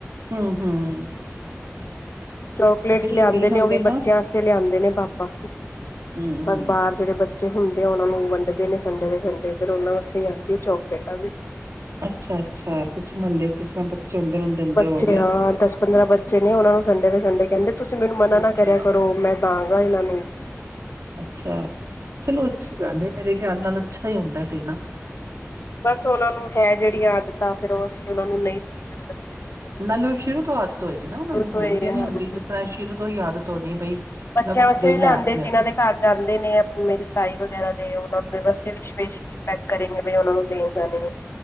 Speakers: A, on the right; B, on the left.
A: ਹਂ, ਹਂ।
B: ਚੋਕਲੇਟਸ ਲਿਆਂਦੇ
A: ਸ਼ੌਕੀਨ
B: ਨੇ
A: ਹੁੰਦੇ
B: ਉਹ ਵੀ ਬੱਚਿਆਂ
A: ਨਾ
B: ਆਸਤੇ ਲਿਆਂਦੇ ਨੇ ਪਾਪਾ।
A: ਹੁ
B: ਬਸ
A: ਹੁ
B: ਬਾਹਰ ਜਿਹੜੇ ਬੱਚੇ ਹੁੰਦੇ ਆ ਉਹਨਾਂ ਨੂੰ ਵੰਡਦੇ ਨੇ ਸੰਡੇ ਦੇ ਸੰਡੇ ਫੇਰ ਉਹਨਾਂ ਵਾਸਤੇ ਆਂਦੀ ਚੋਕਲੇਟਾਂ ਵੀ।
A: ਅੱਛਾ ਅੱਛਾ ਤੁਸੀਂ ਮਹੱਲੇ ਜਿਸ ਤਰ੍ਹਾਂ ਬੱਚੇ ਹੁੰਦੇ ਉਹਨਾਂ ਨੂੰ ਦਿੰਦੇ
B: ਬੱਚੇ
A: ਹੋਗੇ।
B: ਹਾਂ ਦਸ ਪੰਦਰਾਂ ਬੱਚੇ ਨੇ ਉਹਨਾਂ ਨੂੰ ਸੰਡੇ ਦੇ ਸੰਡੇ ਕਹਿੰਦੇ ਤੁਸੀਂ ਮੈਨੂੰ ਮਨਾ
A: ਅੱਛਾ,
B: ਨਾ ਕਰਿਆ ਕਰੋ ਮੈਂ ਦਾਂਗਾ ਇਹਨਾਂ ਨੂੰ।
A: ਅੱਛਾ ਚਲੋ ਅੱਛੀ ਗੱਲ ਏ ਮੇਰੇ ਖਿਆਲ ਨਾਲ ਅੱਛਾ ਹੀ ਹੁੰਦਾ ਦੇਨਾ।
B: ਬਸ ਉਹਨਾਂ ਨੂੰ ਹੈ ਜਿਹੜੀ ਆਦਤਾਂ ਫੇਰ ਉਹ ਅਸੀਂ ਉਹਨਾ ਨੂੰ ਨਹੀਂ ਦੂਰ ਕਰ ਸਕਦੇ ਸੀ।
A: ਨਾਲੇ ਉਹ ਸ਼ੁਰੂ ਤੋਂ ਆਦਤ ਹੋਏਗੀ ਨਾ ਉਹਨਾਂ ਨੂੰ
B: ਤੋਂ
A: ਹੁਨ
B: ਹੀ
A: ਦੀ
B: ਹਨ।
A: ਨੀ ਹੁੰਦੀ ਜਿਸ ਤਰ੍ਹਾਂ ਇਹ ਸ਼ੁਰੂ ਤੋਂ ਹੀ ਆਦਤ ਹੋਨੀ ਹੈ ਬਈ
B: ਬੱਚਿਆਂ
A: ਮੈਂ ਕੁਛ
B: ਵਾਸਤੇ
A: ਦੇਣਾ
B: ਵੀ ਲਿਆਂਦੇ
A: ਆਪਣੇ
B: ਜਿਹਨਾਂ
A: ਹੱਥ।
B: ਦੇ ਘਰ ਜਾਂਦੇ ਨੇ ਮੇਰੀ ਤਾਈ ਵਗੈਰਾ ਦੇ ਉਹਨਾਂ ਦੇ ਵਾਸਤੇ ਵਿਸ਼ੇਸ਼ ਵੀ ਪੈਕ ਕਰੇਗੇ ਵੀ ਉਹਨਾਂ ਨੂੰ ਦੇਨ ਜਾਂਦੇ ਨੇ।